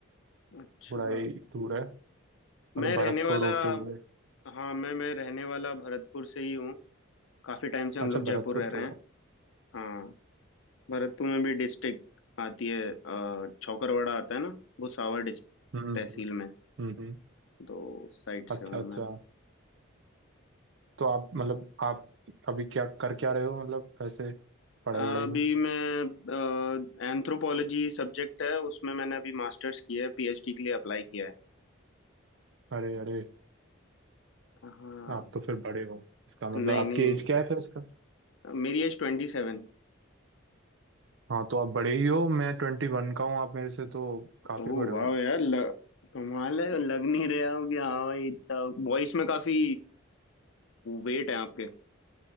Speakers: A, on the left; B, on the right.
A: अच्छा
B: थोड़ा ही दूर है मतलब
A: मैं
B: भरतपुर
A: रहने वाला
B: होते हुए
A: हाँ मैं मैं रहने वाला भरतपुर से ही हूँ काफी टाइम से हम
B: अच्छा
A: लोग जयपुर
B: भरतपुर
A: रह रहे
B: क्यों
A: हैं हाँ भरतपुर में भी डिस्ट्रिक्ट आती है अ, चौकरवाड़ा आता है ना भुसावर डिस-
B: हम्म
A: तहसील
B: हम्म
A: में
B: हम्म हम्म।
A: तो साइड से
B: अच्छा
A: हूँ
B: अच्छा
A: मैं
B: तो आप मतलब आप अभी क्या कर क्या रहे हो मतलब ऐसे पढ़ाई
A: अभी
B: वढ़ाई में
A: मैं एंथ्रोपोलॉजी सब्जेक्ट है उसमें मैंने अभी मास्टर्स किया है पीएचडी के लिए अप्लाई किया है
B: अरे अरे
A: हाँ
B: आप तो फिर बड़े हो इसका मतलब
A: नहीं
B: आपकी
A: नहीं
B: एज क्या है फिर इसका
A: मेरी एज ट्वेंटी सेवन
B: हाँ तो आप बड़े ही हो मैं ट्वेंटी वन का हूँ आप मेरे से तो काफी
A: ओह
B: बड़े
A: वाह
B: हो
A: यार ल, कमाल है लग नहीं रहे आप कि हाँ भाई इतना वॉइस में काफी वेट है आपके